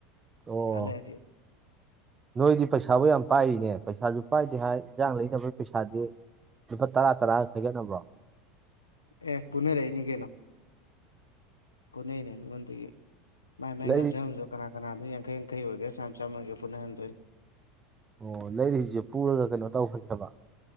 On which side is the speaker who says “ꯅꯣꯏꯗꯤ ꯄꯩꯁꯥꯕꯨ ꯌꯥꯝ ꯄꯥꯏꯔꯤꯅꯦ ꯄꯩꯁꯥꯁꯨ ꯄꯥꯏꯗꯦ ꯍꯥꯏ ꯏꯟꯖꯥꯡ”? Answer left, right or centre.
Right